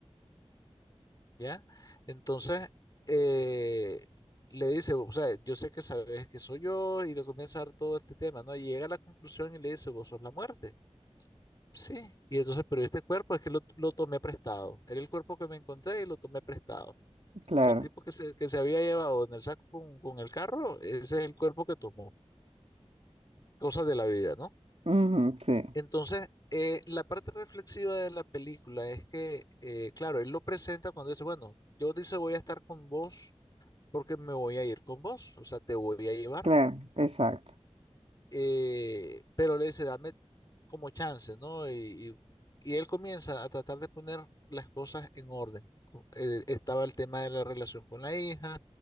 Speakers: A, on the left; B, on the right.
A: ¿ya? Entonces, eh, le dice, o sea, yo sé que sabes que soy yo, y le comienza a dar todo este tema, ¿no? Y llega a la conclusión y le dice, vos sos la muerte. Sí, y entonces, pero este cuerpo es que lo, lo tomé prestado. Era el cuerpo que me encontré y lo tomé prestado. O
B: Claro.
A: sea, el tipo que se, que se había llevado en el saco con, con el carro, ese es el cuerpo que tomó. Cosas de la vida, ¿no?
B: Ujú, sí,
A: Entonces, eh, la parte reflexiva de la película es que, eh, claro, él lo presenta cuando dice, bueno, yo dice voy a estar con vos porque me voy a ir con vos, o sea, te voy a llevar.
B: claro, exacto.
A: Eh, pero le dice, dame como chance, ¿no? Y, y- y él comienza a tratar de poner las cosas en orden. Co- eh, estaba el tema de la relación con la hija,